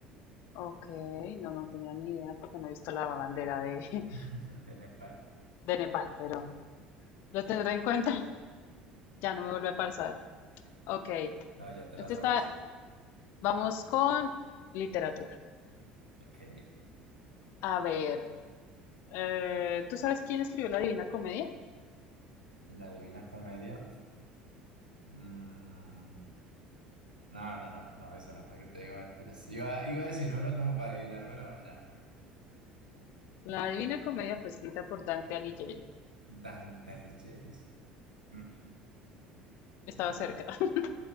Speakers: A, on the left (about 55°); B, on the right (about 85°).
A: Ok, no, no tenía ni idea porque no he visto la bandera de, <laughs>
B: <laughs> de Nepal.
A: de Nepal, pero lo tendré en cuenta. Ya no me vuelve a pasar. Ok,
B: No, ya te
A: este
B: la sabes.
A: está, vamos con literatura.
B: Ok.
A: A ver, eh, ¿tú sabes quién escribió la Divina Comedia?
B: La Divina Comedia. Mm, no, no, no, no, eso no, porque te digo mentiras. Iba, iba a decir uno como para adivinar, pero nada.
A: La Divina Comedia fue escrita por Dante Alighieri.
B: Dante Alighieri. Mm,
A: Estaba
B: no,
A: cerca.
B: no,
A: <laughs>